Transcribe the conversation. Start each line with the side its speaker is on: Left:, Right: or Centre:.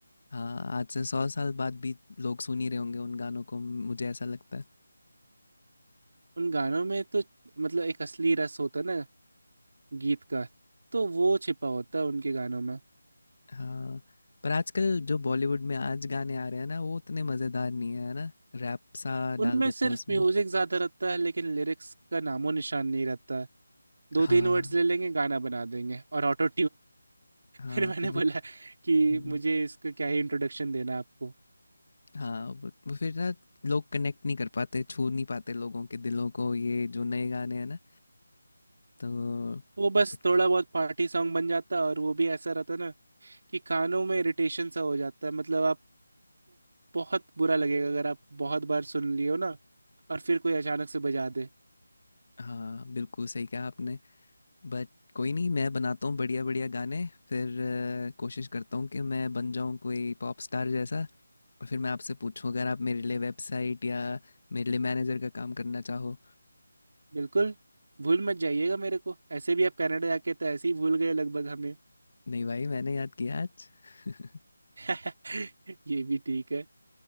Left: हाँ आज से सौ साल बाद भी लोग सुन ही रहे होंगे उन गानों को मुझे ऐसा लगता है
Right: उन गानों में तो मतलब एक असली रस होता है ना गीत का तो वो छिपा होता है उनके गानों में
Left: हाँ पर आजकल जो बॉलीवुड में आज गाने आ रहे हैं ना वो उतने मज़ेदार नहीं है है ना रैप सा
Right: उनमें
Left: डाल देते
Right: सिर्फ
Left: हैं उसमें
Right: म्यूजिक ज्यादा रहता है लेकिन लिरिक्स का नामो निशान नहीं रहता है दो
Left: हाँ
Right: तीन वर्ड्स ले लेंगे गाना बना देंगे और ऑटो
Left: हाँ
Right: फिर मैंने
Left: फिर वो
Right: बोला कि
Left: हम्म,
Right: मुझे इसका क्या ही इंट्रोडक्शन देना आपको
Left: हाँ वो, वो फिर ना लोग कनेक्ट नहीं कर पाते छू नहीं पाते लोगों के दिलों को ये जो नए गाने हैं ना तो
Right: वो बस
Left: बट
Right: थोड़ा बहुत पार्टी सॉन्ग बन जाता और वो भी ऐसा रहता ना कि कानों में इरिटेशन सा हो जाता है मतलब आपको बहुत बुरा लगेगा अगर आप बहुत बार सुन लियो ना और फिर कोई अचानक से बजा दे
Left: हाँ बिल्कुल सही कहा आपने बट कोई नहीं मैं बनाता हूँ बढ़िया बढ़िया गाने फिर अ, कोशिश करता हूँ कि मैं बन जाऊँ कोई पॉप स्टार जैसा और फिर मैं आपसे पूछूँ अगर आप मेरे लिए वेबसाइट या मेरे लिए मैनेजर का काम करना चाहो
Right: बिल्कुल भूल मत जाइएगा मेरे को ऐसे भी आप कनाडा जाके तो ऐसे ही भूल गए लगभग हमें
Left: नहीं भाई मैंने याद किया आज <laughs>
Right: <laughs> ये भी ठीक है